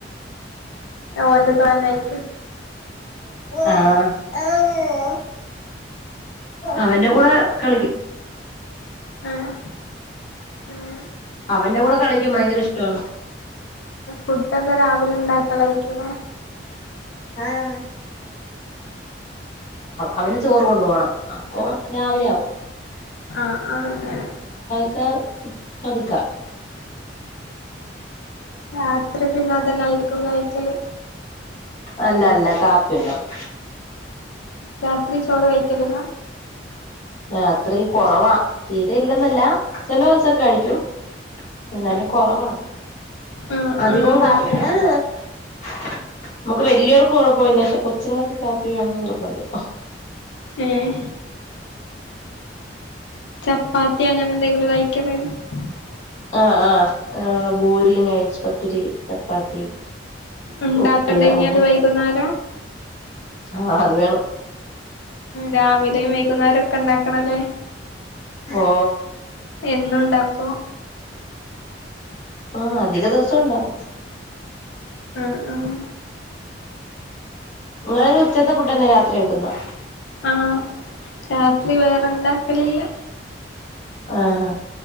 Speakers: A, on the left (about 75°); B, on the left (about 40°).
A: ഓ. എന്റെ തോന്നയിക്കും
B: ആ. അവന്റെ കൂടെ കളിക്കും.
A: ആഹ് അങ്ങനെ
B: അവന്റെ കൂടെ കളിക്കും ഭയങ്കര ഇഷ്ടമാണ്.
A: ഫുഡ്ക്കെ രാവിലെ ഉണ്ടാക്കലായിക്കുലെ
B: ആഹ് അവന് ചോറ് കൊണ്ടു പോണം അപ്പൊ. രാവിലെ ആവും
A: ആഹ് ആഹ് അങ്ങനെ.
B: ഹ് പതുക്കെ.
A: അത്ര പിന്നെ അതന്നായിരിക്കും കഴിക്കല്.
B: അല്ല അല്ല കാപ്പിയുണ്ടാവും
A: രാത്രി ചോറ് കഴിക്കലില്ല
B: രാത്രി കൊറവാ തീരെ ഇല്ലെന്നല്ല ചെലെ ദിവസം കഴിക്കും. എന്നാലും കൊറവാണ്
A: ആഹ്
B: അധികോം
A: ആഹ് അങ്ങനെ
B: കാപ്പി നമ്മക്ക് വല്യോർക്ക് കുഴപ്പോ ഇല്ല പക്ഷെ കൊച്ച്ങ്ങക്ക് കാപ്പി വേണം എന്ന് നിർബന്ധാ.
A: ഉം. ചപ്പാത്തി അങ്ങനെ എന്തെങ്കിലും <unintelligible>
B: ആഹഹ് ആഹ് ആ ഭൂരി രി നൈസ് പത്തിരി ചപ്പാത്തി
A: ഇണ്ടാക്കണ്ടെ
B: പുട്ട് അങ്ങനെയൊക്കെ
A: ഇനി അത് വൈകുന്നേരം
B: ആഹ് അത് വേണം.
A: രാവിലെയും വൈകുന്നേരം ഒക്കെ ഉണ്ടാക്കണല്ലേ?
B: ഓ
A: എന്നും ഉണ്ടാക്കോ?
B: ആ അധിക ദിവസോം ഇണ്ടാക്കും
A: ആഹ് ആഹ്.
B: ഇങ്ങളയ്
A: അങ്ങനെ
B: ഉച്ചത്തെ ഫുഡന്നെ രാത്രി കഴിക്കുന്നെ?
A: ആഹ് രാത്രി വേറെ ഉണ്ടാക്കലില്ല.
B: ആഹ് ഹാ.